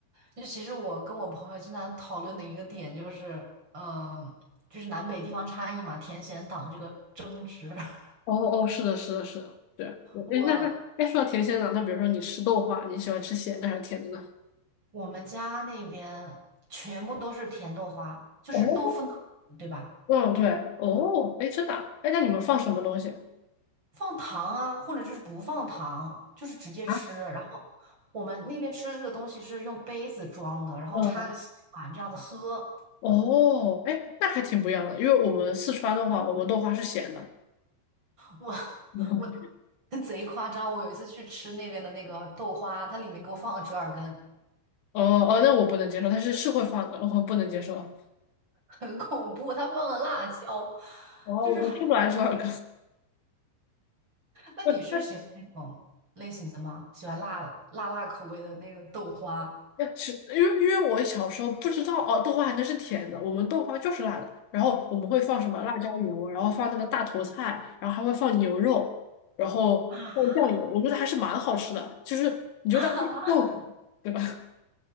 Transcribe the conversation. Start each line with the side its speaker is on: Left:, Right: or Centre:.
Right: 就其实我跟我朋友经常讨论的一个点就是，嗯、就是南北地方差异嘛，甜咸党这个争执。<laughs>
Left: 哦哦，是的，是的，是的，对。我哎，
Right: 我
Left: 那那哎，说到甜鲜的，那比如说你吃豆花，你喜欢吃咸的还是甜的呢？
Right: 我们家那边全部都是甜豆花，就是豆腐脑，
Left: 哦，
Right: 对吧？
Left: 嗯，对，哦，哎，真的啊，哎，那你们放什么东西？
Right: 放糖啊，或者就是不放糖，就是直接吃。
Left: 啊？
Right: 然后我们那边吃的这个东西是用杯子装的，然后插个吸管这样子喝。
Left: 嗯，哦，哎，那还挺不一样的，因为我们四川的话，我们豆花是咸的。
Right: 我
Left: 嗯
Right: 我贼夸张，我有一次去吃那边的那个豆花，它里面给我放了折耳根，
Left: 哦哦，那我不能接受，但是是会放的，我不能接受。
Right: 很恐怖，它放了辣椒，
Left: 哦，
Right: 就是还……
Left: 我吃不来这玩意
Right: 那你是喜欢那种类型的吗？
Left: 儿。<laughs>
Right: 喜欢辣辣辣口味的那个豆花
Left: 哎，是因为因为我小时候不知道哦，豆花还能是甜的，我们豆花就是辣的，然后我们会放什么辣椒油，然后放那个大头菜，然后还会放牛肉，然后放酱油，
Right: 啊
Left: 我觉得还是蛮好吃的，就是你就当是豆腐嘛，
Right: 啊！
Left: 对吧？